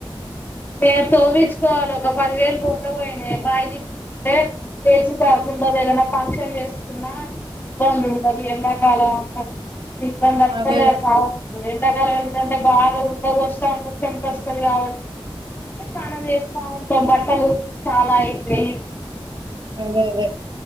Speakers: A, on the left; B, on the right.
A: ఏ తొవ్విచ్కోవాలే ఒక పదివేలు పోతే పోయిన బాయి తీ తే <inaudible> కాకుండ ఏదన్న ఫంక్షన్ చేస్కున్నా ఇబ్బందుంటది ఎండాకాలం ఇబ్బందస్సలే
B: అదే
A: సా ఎండాకాలం ఏంటంటే బాగా ఉడ్క పోస్తా ఉంటది చమ్టోస్తది కాబ ట్టి స్నానం చేస్తా ఉంటాం బట్టలు చాలా ఐతయి
B: అదే అదే